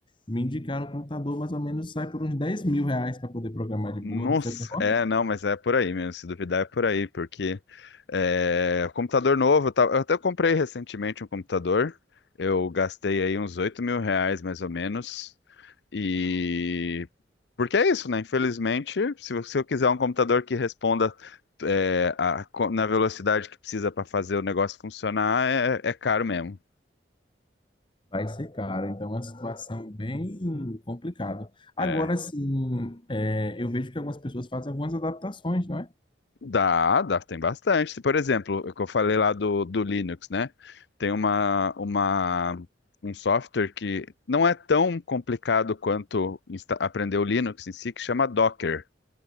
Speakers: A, on the left; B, on the left.
A: me indicaram que um computador mais ou menos sai por uns 10 mil reais para poder programar de
B: Nossa,
A: boa. Você concorda?
B: é, não, mas é por aí mesmo. Se duvidar, é por aí, porque é, computador novo, tá, eu até comprei recentemente um computador. Eu gastei aí uns oito mil reais, mais ou menos. E porque é isso, né? Infelizmente, se, eu- se eu quiser um computador que responda é, a- co- na velocidade que precisa para fazer o negócio funcionar, é, é caro mesmo.
A: Vai ser caro, então é uma situação bem complicada. Agora,
B: é.
A: sim, eu vejo que algumas pessoas fazem algumas adaptações, não é?
B: Dá, dá, tem bastante. Se, Por exemplo, o que eu falei lá do, do Linux, né? Tem uma, uma, um software que não é tão complicado quanto insta- aprender o Linux em si, que chama Docker.